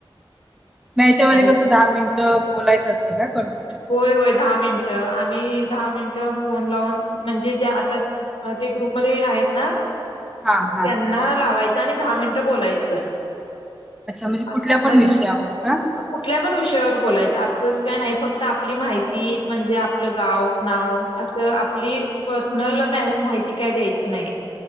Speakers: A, in the centre; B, on the left (about 80°).
A: म याच्यामध्ये
B: आणि
A: कसं, दहा मिनिटं बोलायचं असतं का? कंटिन्यू?
B: होय. होय, दहा मिनटं. आम्ही दहा मिनटं, फोन लावून म्हणजे जे, आता ते ग्रुपमध्येध्ये आहेत ना.
A: हा हा
B: त्यांना लावाय त्यानं दहा मिनिट बोलायचं.
A: म्हणजे कुठल्या
B: अच्छा,
A: पण
B: म्हणजे
A: विषयावर का
B: कुठल्या पण विषयावर बोलायचं असच. काय नाही फक्त- त आपली माहिती म्हणजे आपलं गाव, नाव असं आपली पर्सनल माहिती काय द्यायची नाही.